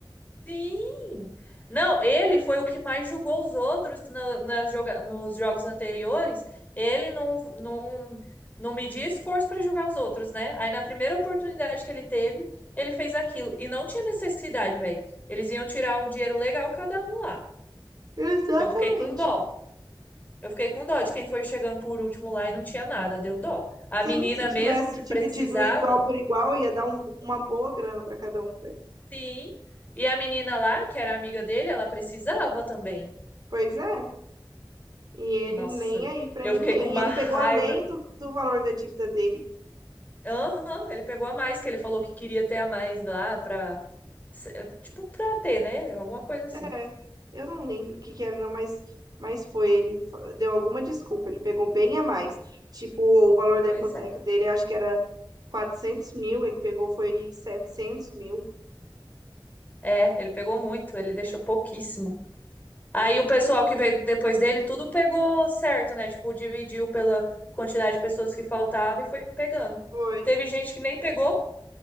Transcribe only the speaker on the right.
Exatamente.
Sim,
se tivesse
dividido igual por igual, ia dar um- uma boa grana para cada um, velho.
Pois é. E ele
nem aí para
ninguém.
E ele
pegou além do, do valor da dívida dele.
É, eu não lembro o que que era, não, mas, mas foi. Ele fa- deu alguma desculpa, ele pegou bem a mais. Tipo, o valor da
hipoteca
dele, acho que era 400 mil, ele pegou foi 700 mil.
Foi,